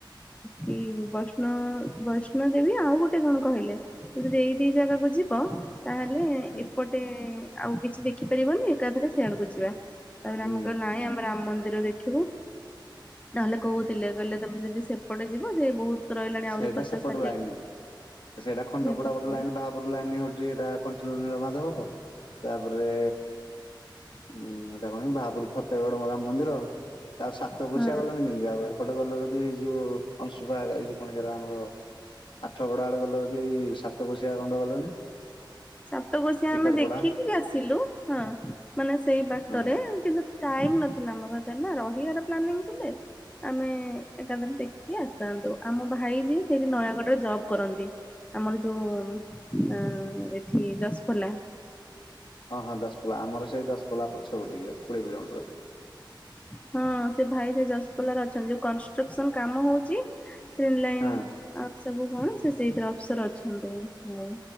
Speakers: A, on the left; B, on the left.
A: କି ବୈଷ୍ଣ ହଁ ବୈଷ୍ଣୋଦେବୀ ଆଉ ଗୋଟେ କଣ କହିଲେ ତ ଯଦି ଏଇ ଦି ଜାଗା ଵୁଝିବ ତାହେଲେ
B: ହୁଁ
A: ଏପଟେ ଆଉ କିଛି ଦେଖିପାରିବନି, ଏକାଥରେ ସେଆଡକୁ ଯିବା ତାପରେ
B: ହୁଁ
A: ଆମ କହିଲୁ ନାହିଁ ଆମ ରାମ ମନ୍ଦିର ଦେଖିବା ନହେଲେ କହୁଥିଲେ କହିଲେ ତମେ ଯଦି ସେପଟେ ଯିବ ସେ ବହୁତ ରହିଲାନି
B: ସେଇଟା
A: ଆହୁରି ପଚାଶ
B: ସେପଟ
A: ଷା
B: ଲାଇନ ସେଇଟା ଖଣ୍ଡପୋଡା
A: କହିଲେ
B: ଗୋଟେ ଲାଇନ ବାହାପରୁ ଲାଇନ <unintelligible> ନୀଳମାଧବ ତାପରେ ଉଁ ଏଇଟା କଣ ବାହାପୁର ଫତେଗଡ ମ ରାମ ମନ୍ଦିର ତା ସାତ ପୋଶିଆ
A: ହଁ
B: ଗଲେଣିି କେମିତି ଆଉ ସେପଟ ଗଲେ ଯଦିଇ ଯୋଉ <unintelligible> ଅଣଶୁଭଇଉ କଣ ଆମର ଆଠ କଡ ଆଡେ ଗଲ ଯଦି ଏଇ ସାତ ପୋଶିଆ ଗଣ୍ଡ ଗଲନି
A: ସାତକୋଶିଆ
B: ଟିକରପଡା
A: ଆମେ ଦେଖିକିରି ଆସିଲୁ ହଁ ମାନେ ସେଇ ବାଟରେ
B: ହଁ
A: କିନ୍ତୁ ଟାଇମ ନଥିଲା ଆମ ପାଖରେ ନା ରହିବାର ପ୍ଲାନିଂ ଥିଲେ, ଆମେ ଏକାଥରେ ଦେଖି ଆସିଥାନ୍ତୁ ଆମ ଭାଇ ବି ସେଇଠି ନୟାଗଡ଼ରେ ଜବ୍ କରନ୍ତି, ଆମର ଯୋଉ ହାଁ। ଦଶପଲା
B: ହଁ ହଁ ଦଶପୋଲା ଆମର ସେଇ ଦଶ ପୋଲା ପଛକୁ ଟିକେ କୋଡିଏ କିଲୋମିଟର
A: ହଁ ସେ ଭାଇ ସେ ଯଶପଲାର ଅଛନ୍ତି ଯୋଉ କନଷ୍ଟ୍ରକ୍ସନ କାମ ହଉଛି ଟ୍ରେନ୍ ଲାଇନ୍
B: ହଁ
A: ଆଉ ସବୁ କଣ ସେ ସେଇଥିରେ ଅଫସର ଅଛନ୍ତି୍।